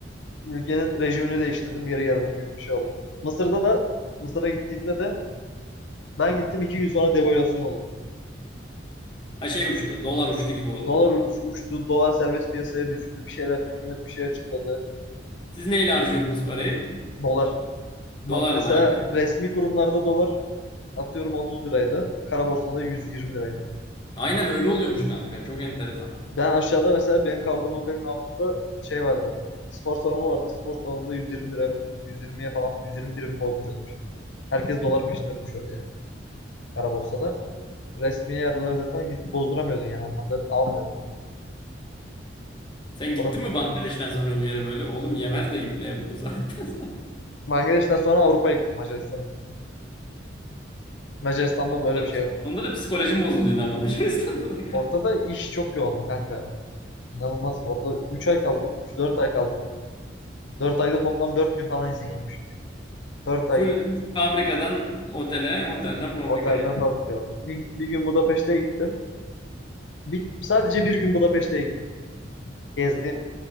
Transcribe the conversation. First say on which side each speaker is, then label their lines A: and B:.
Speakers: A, on the left; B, on the left.
A: Ülkenin rejimini değiştirdim. Geri geldim gibi bir şey oldu. Mısır'da da Mısır'a gittiğimde de ben gittim iki gün sonra devalüasyon oldu.
B: Ha şey uçtu. Dolar uçtu gibi oldu.
A: Dolar uç- uçtu. Dolar serbest piyasaya düştü. Bir şeyler hükümet bir şey açıkladı.
B: Siz neyle harcıyordunuz parayı?
A: Dolar. ma-
B: Dolarla
A: Mesela
B: abi.
A: resmi kurumlarda dolar atıyorum 30 liraydı. Kara borsada 120 liraydı.
B: Aynen öyle oluyormuş kanka. Çok enteresan.
A: Ben aşağıda mesela benim kaldığım otelin altında şey vardı. Spor salonu vardı. Spor salonunda 120 lira 120'ye falan 120 birim bozduruyordum şey. Herkes dolar peşinde koşuyordu yani. Kara borsada. Resmi yerlere zaten gidip bozduramıyordun yani onlarda almıyordun.
B: Sen gittin
A: Orada
B: mi Bangladeş'ten sonra bir yere böyle? Oğlum yemez de gitmeye bu zaten.
A: Bangladeş'ten sonra Avrupa'ya gittim. Macaristan'a gittim. Macaristan'da
B: <laughs> Onda
A: böyle
B: da,
A: bir şey yok.
B: onda da psikolojim bozulduydu ama <laughs> Macaristan'da da galiba.
A: Orada da iş çok yoğundu kanka. İnanılmaz. Orada 3 ay kaldım. üç dört ay kaldım. dört ayda toplam 4 gün falan izin yapmış. 4 ay
B: Full fabrikadan otele, otelden fabrikaya.
A: otelden fabrika. Bir, bir gün Budapeşte'ye gittim. Bir, sadece bir gün Budapeşte'ye gittim. Gezdiğim,